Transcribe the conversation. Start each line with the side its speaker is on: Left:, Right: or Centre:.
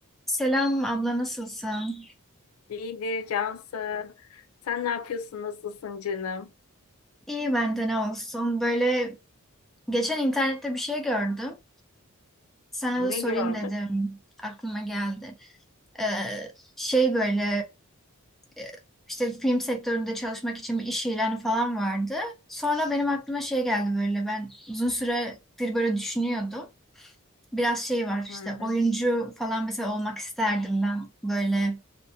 Centre: Selam abla nasılsın?
Left: İyidir Cansı. Sen ne yapıyorsun? Nasılsın canım?
Centre: İyi bende ne olsun. Böyle geçen internette bir şey gördüm. Sana
Left: Ne
Centre: da sorayım
Left: gördün?
Centre: dedim. Aklıma geldi. Ee, şey böyle e, işte film sektöründe çalışmak için bir iş ilanı falan vardı. Sonra benim aklıma şey geldi böyle. Ben uzun süredir böyle düşünüyordum. Biraz şey var
Left: Hı
Centre: işte
Left: hı.
Centre: oyuncu falan mesela olmak isterdim ben böyle.